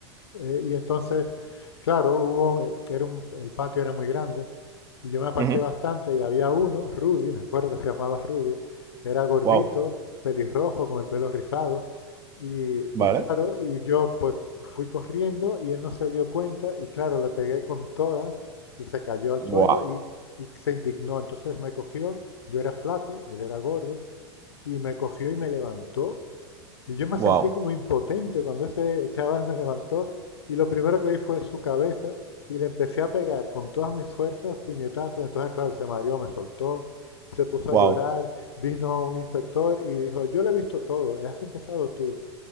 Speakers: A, on the left; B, on the right.
A: eh, y entonces, claro, hubo, era un- el patio era muy grande y yo me aparté
B: ujú,
A: bastante y había uno, Rudy, me acuerdo que se llamaba Rudy, era gordito,
B: wow,
A: pelirrojo, con el pelo rizado. Y,
B: vale,
A: y claro, y yo pues fui corriendo y él no se dio cuenta y claro, le pegué con todas y se cayó al suelo
B: wow,
A: y, y se indignó. Entonces me cogió, yo era flaco, él era gordo, y me cogió y me levantó y yo me sentí
B: wow,
A: como impotente cuando ese chaval me levantó y lo primero que vi fue su cabeza y le empecé a pegar con todas mis fuerzas, puñetazos. Entonces, claro, se mareó, me soltó, se puso
B: wow,
A: a llorar, vino un inspector y dijo, yo le he visto todo, has empezado tú.